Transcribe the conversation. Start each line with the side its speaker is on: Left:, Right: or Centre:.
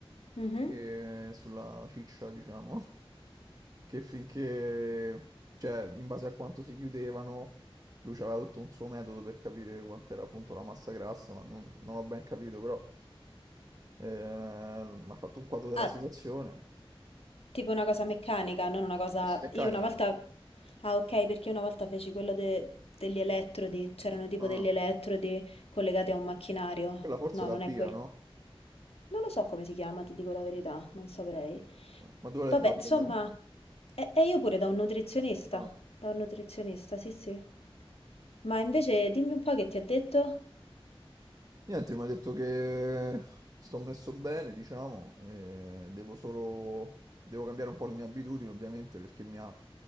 Left: Mhm.
Right: che sulla ciccia, diciamo, <laughs> che finché, cioè, in base a quanto si chiudevano, lui aveva tutto un suo metodo per capire quant'era appunto la massa grassa, ma non, non ho ben capito, però eh, mi ha fatto un quadro della
Left: Ah,
Right: situazione.
Left: tipo una cosa meccanica, non una cosa...
Right: Pessi meccanica.
Left: Io una volta... Ah, ok, perché una volta feci quello de- degli elettrodi, c'erano tipo
Right: Ah,
Left: degli elettrodi collegati a un macchinario.
Right: quella forse
Left: No,
Right: è la
Left: non
Right: BIA,
Left: è quello.
Right: no?
Left: Non lo so come si chiama, ti dico la verità, non saprei.
Right: Ma dove l'hai
Left: Vabbè,
Right: fatta
Left: insomma,
Right: tu?
Left: e, e io pure da un nutrizionista,
Right: Ah.
Left: da un nutrizionista, sì, sì. Ma invece dimmi un po' che ti ha detto?
Right: Niente, mi ha detto che sto messo bene, diciamo, e devo solo... devo cambiare un po' le mie abitudini, ovviamente, perché mi ha